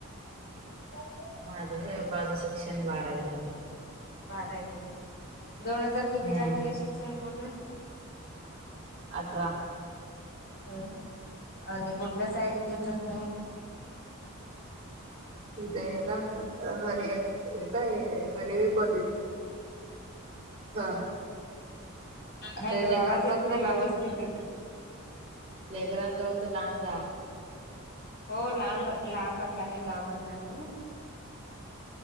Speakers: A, on the left; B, on the right.
A: हो <inaudible>
B: माझं रे माझ्या शिक्षण बारावी झालंय
A: बारावी दोन हजार कितीला
B: हम्म.
A: झाले शिक्षण पूर्ण
B: अठरा
A: हं आणि कुठल्या शाळेत जायच्या
B: हम्म
A: तुम्ही
B: मी तर हे ना हरया काय हरेरे कॉलेज हा.
A: हॅलो
B: ते
A: आवाज
B: लेकरांपासन
A: येत नाही व्यवस्थित
B: प्ले ग्राउंड जवळच लांब गाव
A: हो लांब लांबच आहे लांबच आहे.